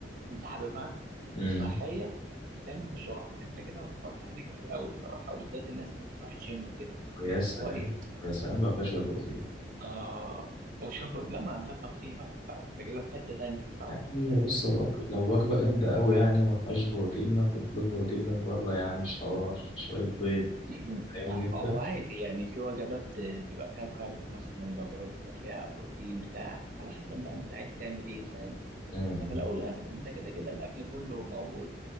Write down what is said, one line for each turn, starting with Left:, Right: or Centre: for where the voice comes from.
Right: أنت حاببها
Left: امم
Right: صحية تتعمل بسرعة انت كده وفرت علينا كتير قوي بصراحة وبالذات الناس اللي بتروح الجيم وكده فاهم انت
Left: ويا سلام
Right: اللي هو ايه
Left: يا سلام لو فيها شوية بروتين
Right: اه هو شبر لا ما ده طبيعي بقى فانت كده في حتة تانية بصراحة
Left: يا عم بص لو الوجبة لو الوجبة جامدة أوي يعني وما فيهاش بروتين ناخد له بروتين من بره يا عم مش حوار شوية بيض
Right: م-
Left: فاهمني أنت؟
Right: هو عادي يعني في وجبات آه، بيبقى فيها كارب مثلا وجبات بيبقى فيها بروتين بتاع على حسب بقى انت عايز تعمل ايه فاهم
Left: امم
Right: ففي الاول والاخر انت كده كده الاكل كله موجود